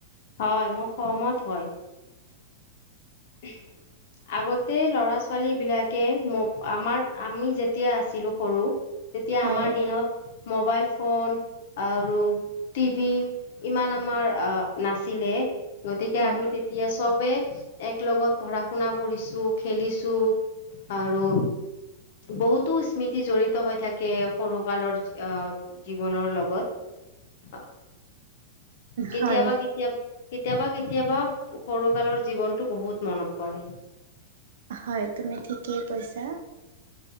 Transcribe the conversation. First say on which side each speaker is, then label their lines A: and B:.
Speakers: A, on the left; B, on the right.
A: হয় মই সহমত হয়। <inaudible> আগতে লৰা ছ ছোৱালী বিলাকে মো আমাৰ আমি যেতিয়া আছিলো সৰু তেতিয়া
B: হয়
A: আমাৰ দিনত মোবাইল ফোন আৰু টিভি ইমান আমাৰ আ নাছিলে। গতিকে
B: হয়
A: আমি তেতিয়া চবে এক লগত পঢ়া শুনা কৰিছো, খেলিছো আৰু বহুতো স্মৃতি জড়িত হৈ থাকে সৰু কালৰ আহ জীৱনৰ লগত আহ। কেতিয়াবা
B: হয়
A: কেতিয়া কেতিয়াবা কেতিয়াবা সৰুকালৰ জীৱনটো বহুত মনত পৰে।
B: হয় তুমি ঠিকেই কৈছা।